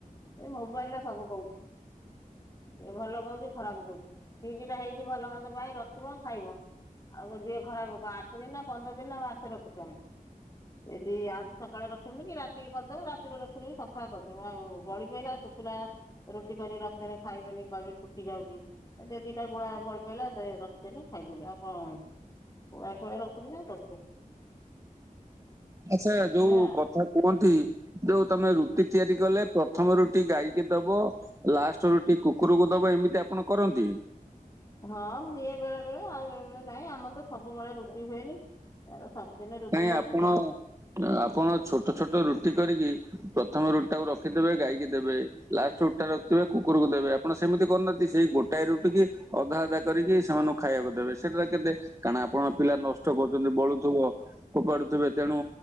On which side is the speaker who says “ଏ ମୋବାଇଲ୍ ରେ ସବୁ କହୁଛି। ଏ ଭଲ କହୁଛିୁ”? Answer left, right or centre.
Left